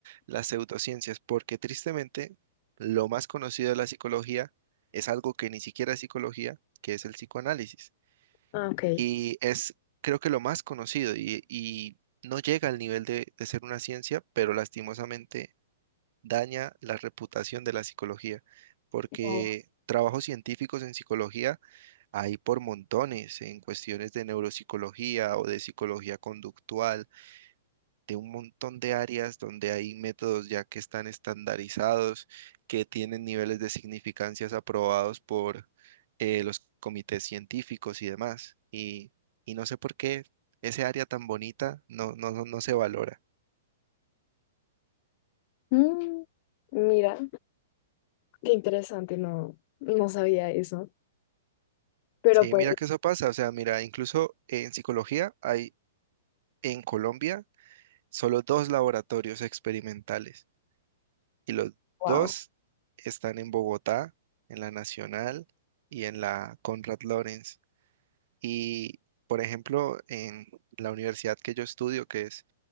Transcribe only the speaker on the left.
Ah, ok.
No.
Mm, mira. Qué interesante, no, no sabía eso. Pero
pues,
wow.